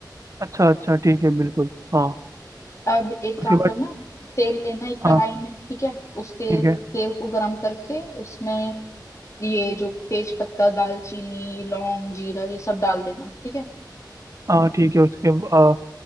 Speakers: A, on the right (about 45°); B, on the left (about 40°).
A: अच्छा अच्छा ठीक है बिल्कुल हाँ
B: अब एक
A: उसके
B: काम
A: बाद
B: करना तेल लेना एक कढ़ाई
A: हाँ
B: में ठीक है उस तेल
A: ठीक है
B: तेल को गरम करके उसमें ये जो तेज पत्ता दालचीनी लौंग जीरा ये सब डाल देना ठीक है
A: हाँ ठीक है उसके आ,